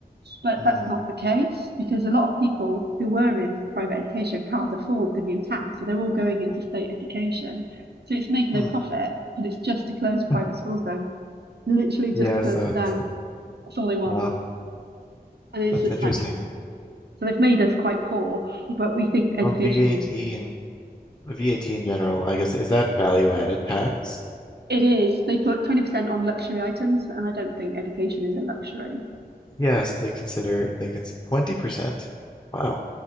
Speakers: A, on the right (about 85°); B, on the left (about 25°).
A: but
B: Hmm.
A: that's not the case because a lot of people who were in private education can't afford the new tax, so they're all going into state education. So it's made no
B: Hmm.
A: profit, but it's just to close private
B: <laughs>
A: schools down literally just
B: Yes,
A: to close
B: that's
A: them down. That's all they want.
B: wow.
A: And it's
B: That's
A: just
B: interesting.
A: like, so they've made us quite poor, but we think education
B: Oh, VAT
A: is,
B: and VAT in general, I guess, is that value added tax?
A: it is. They put 20% on luxury items, and I don't think education is a luxury.
B: Yes, they consider they consider 20%. Wow.